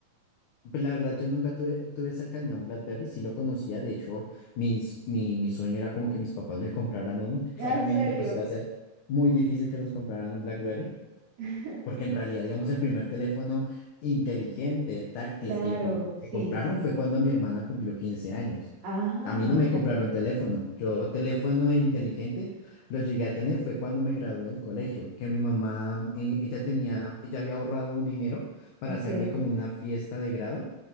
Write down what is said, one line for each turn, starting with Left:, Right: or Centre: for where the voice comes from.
Left: Pues la verdad, yo nunca tuve, tuve cercanía a un BlackBerry, sí lo conocía, de hecho, mis, mi, mi sueño era como que mis papás me compraran uno, que claramente
Right: Ah, ¿en serio?
Left: pues iba a ser muy difícil que nos compraran un BlackBerry,
Right: <laughs>
Left: porque en realidad, digamos, el primer teléfono inteligente, táctil
Right: Claro,
Left: que le com-
Right: sí,
Left: que compraron
Right: sí.
Left: fue cuando mi hermana cumplió 15 años.
Right: Ah,
Left: A
Right: imagínate.
Left: mí no me compraron teléfono. Yo teléfono inteligente lo llegué a tener fue cuando me gradué del colegio, que mi mamá, eh, ella tenía, ella había ahorrado un dinero para
Right: Ok,
Left: hacerme como una fiesta de grado.